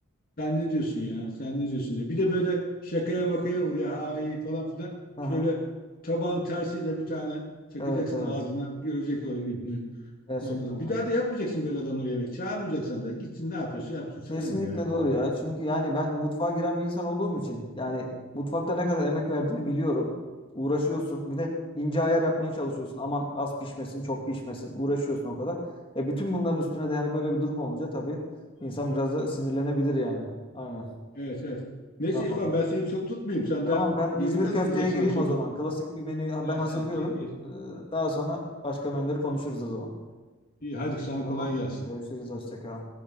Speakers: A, on the left; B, on the left.
A: Sen ne diyorsun ya? Sen ne diyorsun diye. Bir de böyle şakaya makaya vur ya ha iyi falan filan.
B: Aha.
A: Şöyle tabağın tersiyle bir tane çakacaksın
B: Evet evet.
A: ağzına. Görecek o gününü.
B: Gerçekten
A: Ondan sonra
B: yani.
A: bir daha da yapmayacaksın böyle adamlara yemek. Çağırmayacaksan da gitsin ne yapıyorsa yapsın. Sana
B: Kesinlikle
A: ne ya
B: doğru
A: Allah
B: ya.
A: Allah.
B: Çünkü yani ben mutfağa giren bir insan olduğum için yani mutfakta ne kadar emek verdiğimi biliyorum. Uğraşıyorsun. Bir de ince ayar yapmaya çalışıyorsun. Aman az pişmesin, çok pişmesin. Uğraşıyorsun o kadar. E bütün bunların üstüne de yani böyle bir durum olunca tabii insan biraz da sinirlenebilir yani. Aynen.
A: Evet evet. Neyse
B: Tamam.
A: İrfan ben seni çok tutmayayım. Sen
B: Tamam
A: daha
B: ben İzmir
A: yemek hazırlayacaksın
B: köfteye gireyim
A: akşama.
B: o zaman. Klasik bir menü
A: Evet
B: ben hazırlıyorum.
A: evet gir gir.
B: Ee, Daha sonra başka menüleri konuşuruz o zaman.
A: İyi hadi sana
B: Tamam.
A: kolay gelsin.
B: Görüşürüz. Hoşça kal.